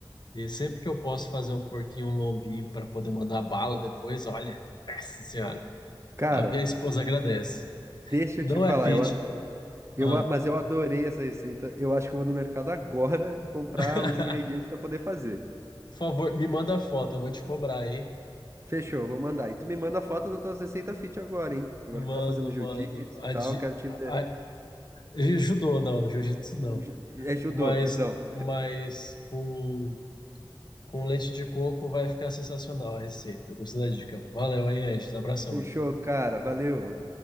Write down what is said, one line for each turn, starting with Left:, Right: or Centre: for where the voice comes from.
Left: e sempre que eu posso fazer um porquinho, um lombinho para poder mandar bala depois, olha, nossa senhora,
Right: Cara,
Left: a minha esposa agradece.
Right: deixa
Left: Não
Right: eu te falar,
Left: é fit.
Right: eu, ad- eu,
Left: Ah.
Right: a- mas eu adorei essa receita. Eu acho que eu vou no mercado agora <laughs> comprar
Left: <laughs>
Right: os ingredientes pra poder fazer.
Left: Por favor, me manda a foto, eu vou te cobrar, hein?
Right: Fechou, vou mandar. E tu me manda a foto das tuas receitas fit agora, hein? Agora
Left: Mando,
Right: que tá fazendo jiu-jitsu
Left: mando. A,
Right: e tal,
Left: di-
Right: quero te
Left: a,
Right: ver.
Left: a- judô não, jiu-jitsu não.
Right: Ju- É judô,
Left: Mas,
Right: perdão.
Left: mas com, com leite de coco vai ficar sensacional a receita. Gostei da dica. Valeu, hein, Regis? Abração,
Right: <laughs> Fechou,
Left: amigo.
Right: cara. Valeu.